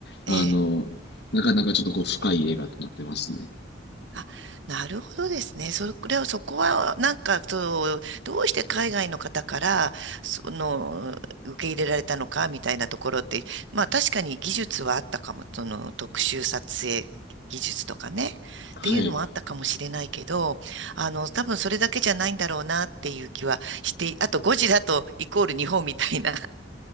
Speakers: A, on the left; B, on the right.
A: あの、
B: ええ
A: なかなかちょっとこう、深い映画となってますね。
B: あ、なるほどですね。それは、そこは、なんか、そう、どうして海外の方から、その、受け入れられたのか、みたいなところって、まあ、確かに技術はあったかも、その、特殊撮影技術とかね、っていうのもあったかもしれないけど、
A: はい。
B: あの、多分それだけじゃないんだろうな、っていう気はして、あと、ゴジラとイコール日本みたいな